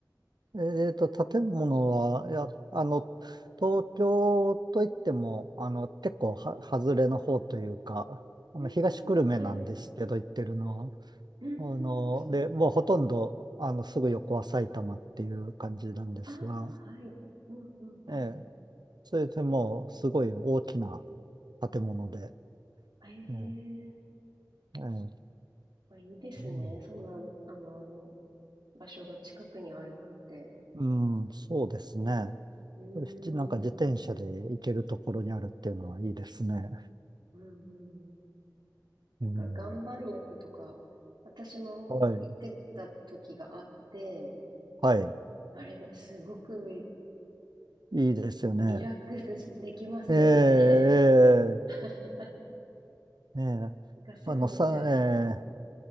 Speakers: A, on the right; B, on the right.
A: えっと、建物は、いや、あの、東京といっても、あの、結構は、外れの方というか、あの、
B: うん、
A: 東久留米なんですけど、
B: はい。
A: 行ってるのは。
B: うん、
A: あの、
B: あ、そうなんだ。
A: で、もうほとんど、あの、すぐ横は埼玉っていう感じなんですが、
B: ああ、はい。うん、うん、うん。
A: ええ、それでもう、すごい大きな建物で、
B: へえ、
A: ええ、ええ、
B: まあ、いいですね。
A: う
B: そんな、あの、場所が近くにあるなんて。
A: ん、うんそうですね。
B: うー
A: これなんか自転車で行けるところにあるっていうのはいいですね。
B: ん、うん、うん。なんか、
A: うん、
B: 岩盤浴とか、私も行ってた時があって、
A: はい。はい。
B: あれ、すごくリ
A: いいですよね。
B: リラックスできますよね。
A: ええ、
B: <laughs>
A: ええ、ええ。
B: なんかすぐ寝ちゃう。
A: あの、さ、え
B: う
A: え、